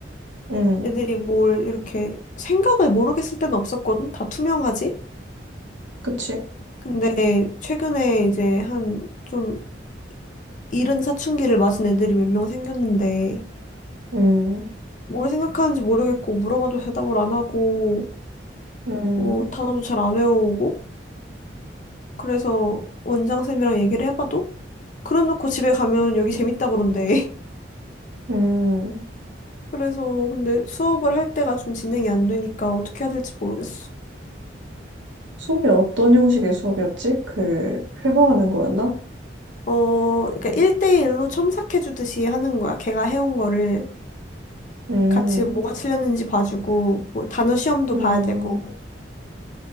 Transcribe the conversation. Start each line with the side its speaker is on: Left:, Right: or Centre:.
Right: 음.
Left: 애들이 뭘 이렇게 생각을 모르겠을 때는 없었거든. 다 투명하지?
Right: 그치?
Left: 근데 최근에 이제 한 좀 이른 사춘기를 맞은 애들이 몇 명 생겼는데,
Right: 음,
Left: 뭘 생각하는지 모르겠고 물어봐도 대답을 안 하고
Right: 음,
Left: 어, 단어도 잘 안 외우고 그래서 원장쌤이랑 얘기를 해봐도 그래놓고 집에 가면 여기 재밌다 그런대. <laughs>
Right: 음.
Left: 그래서 근데 수업을 할 때가 좀 진행이 안 되니까 어떻게 해야 될지 모르겠어.
Right: 수업이 어떤 형식의 수업이었지? 그, 회화하는 거였나?
Left: 어, 그러니까 1대1로 첨삭해주듯이 하는 거야. 걔가 해온 거를
Right: 음,
Left: 같이 뭐가 틀렸는지 봐주고 뭐 단어 시험도
Right: 음,
Left: 봐야 되고